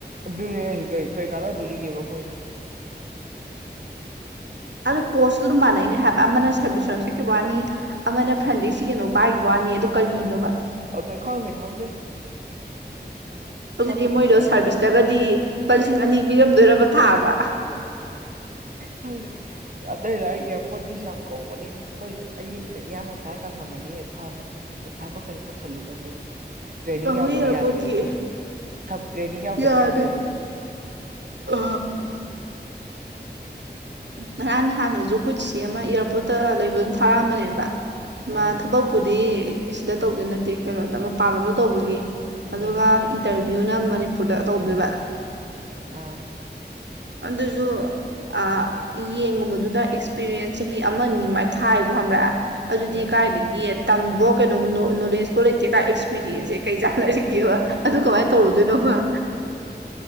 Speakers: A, on the right; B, on the right.
A: ꯑꯗꯨꯅꯦ ꯀ ꯀꯩ ꯀꯥꯅꯗꯣꯔꯤꯒꯦꯕ ꯑꯩꯈꯣꯏꯅ
B: ꯑꯗꯨꯗꯣ ꯄꯣꯁꯇꯨ ꯑꯗꯨꯝ ꯃꯥꯟꯅꯩꯅꯦ ꯍꯥꯏꯕ ꯑꯃꯅ ꯁꯥꯔꯚꯤꯁꯔꯣꯝ ꯆꯠꯈꯤꯕ ꯋꯥꯅꯤ ꯑꯃꯅ ꯐ꯭ꯔꯟꯗ ꯁꯤꯒꯅꯨ ꯄꯥꯏꯈꯤꯕ ꯋꯥꯅꯤ ꯅꯤ ꯑꯗꯨ ꯀꯔꯤꯅꯣꯕ
A: ꯑꯗꯨ ꯈꯪꯗꯦ ꯈꯪꯗꯦ
B: ꯍꯧꯖꯤꯛꯇꯤ
A: ꯁꯛꯀ ꯐꯖ
B: ꯃꯣꯏꯗꯣ ꯁꯥꯔꯚꯤꯁꯇꯒꯗꯤ ꯂꯨꯄꯥ ꯂꯤꯁꯤꯡ ꯑꯅꯤ ꯄꯤꯔꯝꯗꯣꯏꯔꯕ ꯊꯥꯕ
A: ꯈꯪꯗꯦ ꯑꯗ ꯂ ꯏꯁꯄꯣꯔꯠꯀꯤꯁꯨ ꯌꯥꯝ ꯀꯧꯕꯅꯤꯅꯦ ꯑꯩꯈꯣꯏꯗꯤ ꯑꯩꯒꯤꯁꯤꯅ ꯏꯌꯥꯡꯒ ꯈꯔ ꯀꯪꯉꯝꯃꯅꯤ ꯐꯕ ꯊꯕꯛꯀ ꯇꯧꯁꯜꯂꯨꯗꯧꯅꯦ ꯇ꯭ꯔꯦꯅꯤꯡ
B: ꯀꯛꯋꯦ
A: ꯌꯥꯎꯗꯗꯤ
B: ꯏꯌꯥꯔꯄꯣꯔꯠꯀꯤ
A: ꯌꯥꯔꯣꯏꯌꯦ ꯑꯗꯨ ꯇ꯭ꯔꯦꯅꯤꯡ ꯌꯥꯎꯗꯗꯤ
B: ꯌꯥꯗꯦ
A: ꯌꯥꯔꯣꯏꯌꯦ ꯑꯗꯨ <inaudible>
B: ꯑ ꯅꯍꯥꯟ ꯅꯍꯥꯟꯗꯁꯨ ꯑꯩꯈꯣꯏꯠꯁꯤ ꯑꯃ ꯏꯌꯥꯔꯄꯣꯔꯠꯇ ꯂꯩꯕ ꯑꯗꯨꯝ ꯊꯥꯔꯛꯑꯝꯕꯅꯦꯕ
A: ꯑꯥ
B: ꯃꯥ ꯊꯕꯛꯛꯇꯨꯗꯤ ꯁꯤꯗ ꯇꯧꯗꯤ ꯅꯠꯇꯦ ꯀꯩꯅꯣꯗ ꯃꯄꯥꯟꯂꯣꯝꯗ ꯇꯧꯕꯒꯤ ꯑꯗꯨꯒ
A: ꯎꯝ
B: ꯏꯟꯇꯔꯚꯤꯌꯨꯅ ꯃꯅꯤꯄꯨꯔꯗ ꯇꯧꯗꯣꯏꯕ
A: ꯑꯥ
B: ꯑꯗꯁꯨ ꯑ ꯌꯦꯡꯒꯨꯝꯕꯗꯨꯗ ꯑꯦꯛꯁꯄꯤꯔꯤꯌꯦꯟꯁ ꯆꯍꯤ ꯑꯃꯅꯤ ꯑ ꯃꯥꯏ ꯊꯥꯏꯕꯣ ꯈꯪꯛꯑꯦ ꯑꯗꯨꯗꯤ
A: ꯎꯝ
B: ꯀꯥꯏꯏꯗꯒꯤ ꯇꯝꯕ ꯀꯩꯅꯣ ꯅꯣꯂꯦꯖꯐꯣ ꯂꯩꯇꯦ ꯀꯥꯏ ꯑꯦꯛꯁꯄꯤꯔꯤꯌꯦꯟꯁꯁꯦ ꯀꯩ ꯆꯥꯟꯅꯔꯤꯒꯦꯕ ꯑꯗꯨ ꯀꯃꯥꯏꯅ ꯇꯧꯔꯨꯗꯣꯏꯅꯣꯕ <unintelligible>